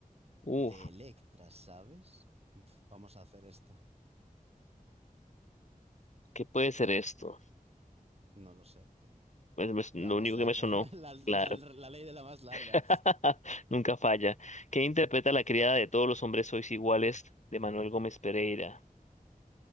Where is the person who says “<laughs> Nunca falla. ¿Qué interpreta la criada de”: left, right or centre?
Left